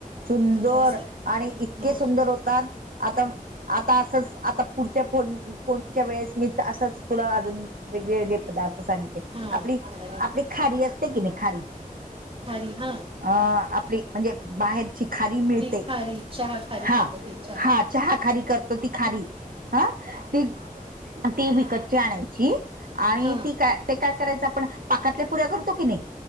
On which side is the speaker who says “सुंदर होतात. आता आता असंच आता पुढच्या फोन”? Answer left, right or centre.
Right